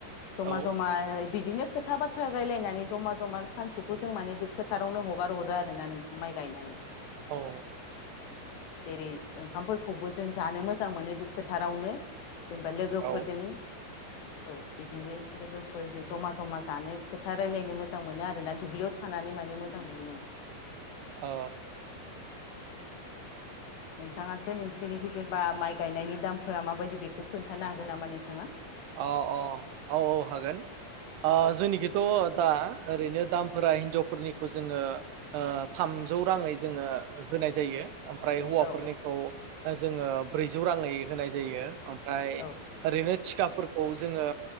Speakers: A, on the left; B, on the right.
A: जमा
B: औ
A: जमा बिदिनो खोथा बाथ थार रायलायनानै जमा जमा सानसेखौ जों माने फोथारावनो हगार हरो आरो ना नोंथां माइ गायनानै
B: औ
A: औ औ बेरै ओंखामफोरखौबो जों जानो मोजां मोनो फोथारावनो जेनेबा लोगोफोरजों
B: औ
A: औ बिदिनो लोग गोफोरजों जमा जमा जानो खोथा रायलायनो मोजां मोनो आरोना दुब्लियाव थानानै माने मोजां मोनो नोंथां
B: अ
A: नोंथाङासो नोंसोरनि गिजेन बा माइ गायनायनि दामफोरा माबायदि बेखौ खोन्थानो हागोन नामा नोंथाङा
B: औ औ औ औ हागोन ओ
A: औ
B: जोंनिखिथ दा ओरैनो दामफोरा हिनजावफोरनिखौ जोङो थामजौ राङै जोङो होनाय जायो। ओमफ्राय हौवाफोरनिखौ।
A: औ
B: जोङो ब्रैजौ राङै। होनाय जायो ओमफ्राय
A: औ
B: ओरैनो थिकाब फोरखौ जोङो